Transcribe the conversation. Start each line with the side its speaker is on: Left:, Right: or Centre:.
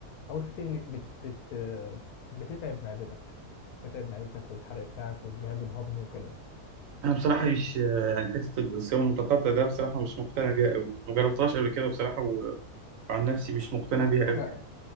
Left: أو مش بتهلك بت بت آه، بتتعب معدتك بتتعب معدتك والحرق بتاعك والجهاز الهضمي وكده
Right: انا بصراحه مش يعني حته الصيام المتقطع ده بصراحه مش مقتنع بيها قوي ما جربتهاش قبل كده بصراحه وعن نفسي مش مقتنع
Left: على
Right: بيها
Left: فكرة
Right: قوي